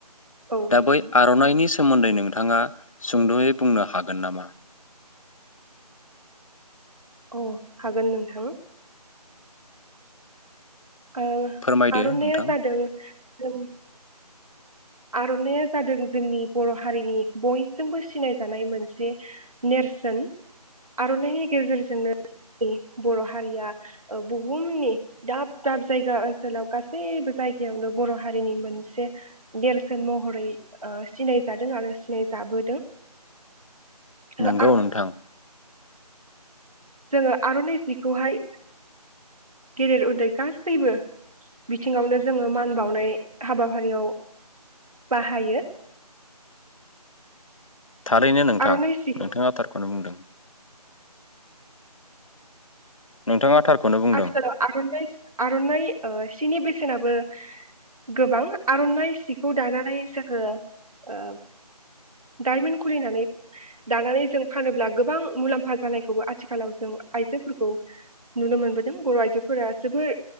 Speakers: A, on the right; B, on the left.
A: औ
B: दा
A: नोंथां।
B: बै आर'नाइनि सा सोमोन्दै नोंथाङा सुंद'यै बुंनो हागोन नामा?
A: अ हागोन नोंथां। ओ
B: फोरमायदो
A: आर'नाइया
B: नोंथां
A: जादों जों आर'नाया जादों जोंनि बर' हारिनि बयजोंबो सिनायजानाय मोनसे नेरसोन आर'नाइनि गेजेरजोंनो जोंनि बर' हारिया बुहुमनि दाब दाब जायगा ओनसोलाव गासैबो जायगायावनो बर' हारिनि मोनसे नेरसोन महरै ओ सिनायजादों आरो सिनायजाबोदों। ओ
B: नोंगौ नोंथां।
A: जोंङो आर'नाइ जिखौहाय गेदेर उन्दै गासैबो बिथिङावनो जोंङो मान बावनाय हाबाफारियाव बाहायो।
B: थारैनो नोंथां
A: आर'नाइ सिखौ
B: नोंथांङा थारखौनो बुंदों। नोंथाङा थारखौनो बुंदों
A: आथिखालाव आरनाय आरनाइ ओ सिनि बेसेनाबो गोबां आरनाइ सिखौ दानानै जोङो ओ दायमन खुलिनानै दानानै जों फानोब्ला गोबां मुलाम्फा जानायखौबो आथिखालाव जों आइजोफोरखौ नुनो मोनबो दों बर आइजोफोरा जोबोर